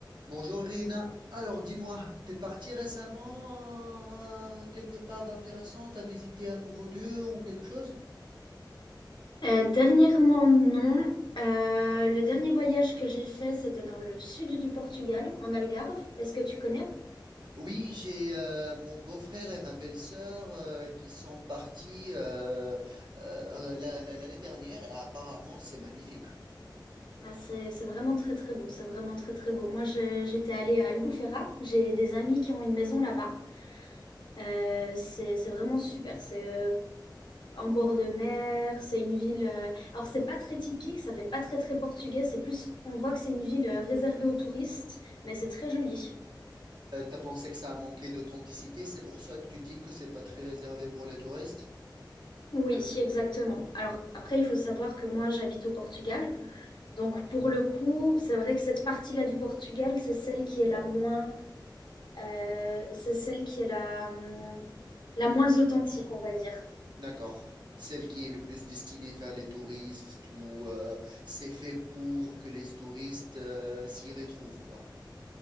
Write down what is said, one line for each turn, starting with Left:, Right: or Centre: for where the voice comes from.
Right: Bonjour Irina. Alors dis-moi, t'es parti récemment euh, quelque part d'intéressant? T'as visité un nouveau lieu ou quelque chose?
Left: Euh, dernièrement, non. Euh, le dernier voyage que j'ai fait, c'était dans le sud du Portugal, en Algarve. Est-ce que tu connais?
Right: Oui, j'ai euh, mon beau-frère et ma belle-sœur euh, qui sont partis euh, euh, la- la- l'année dernière et apparemment c'est magnifique.
Left: Ah, c'est, c'est vraiment très très beau. C'est vraiment très très beau. Moi, je- j'étais allée à Albufeira. J'ai des amis qui ont une maison là-bas. Euh, c'est, c'est vraiment super. C'est euh, en bord de mer. C'est une ville. euh, Alors, c'est pas très typique. Ça fait pas très très portugais. C'est plus. On voit que c'est une ville euh, réservée aux touristes, mais c'est très joli.
Right: Euh, t'as pensé que ça a manqué d'authenticité, c'est pour ça que tu dis que c'est pas très réservé pour les touristes?
Left: Oui, si, exactement. Alors après, il faut savoir que moi, j'habite au Portugal. Donc pour le coup, c'est vrai que cette partie-là du Portugal, c'est celle qui est la moins, euh, c'est celle qui est la, hum, la moins authentique, on va dire.
Right: D'accord. Celle qui est le plus destinée vers les touristes ou euh, c'est fait pour que les touristes euh, s'y retrouvent, quoi.